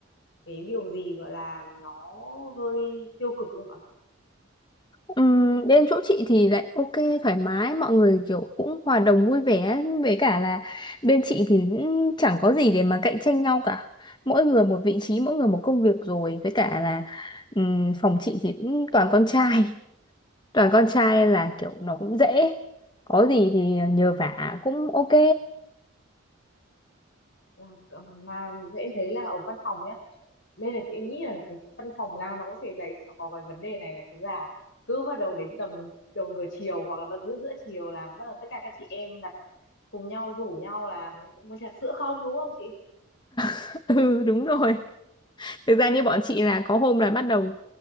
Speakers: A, on the left; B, on the left.
A: cái điều gì gọi là nó hơi tiêu cực không ạ?
B: Ừm, bên chỗ chị thì lại ok thoải mái mọi người kiểu cũng hòa đồng vui vẻ với cả là bên chị thì cũng chẳng có gì để mà cạnh tranh nhau cả mỗi người một vị trí mỗi người một công việc rồi với cả là ừm, phòng chị thì cũng toàn con trai <laughs> toàn con trai là kiểu nó cũng dễ có gì thì nhờ vả cũng ok
A: Ừ, ờ, Mà em thấy là ở văn phòng nhá, đây là chị nghĩ là cái văn phòng nào nó cũng sẽ giải có cái vấn đề này là chính là cứ bắt đầu đến tầm đầu giờ chiều hoặc là bắt giữa giữa chiều là bắt đầu tất cả các chị em đặt cùng nhau rủ nhau là muốn trà sữa không đúng không chị?
B: <laughs> ừ đúng rồi thực ra như bọn chị là có hôm là bắt đầu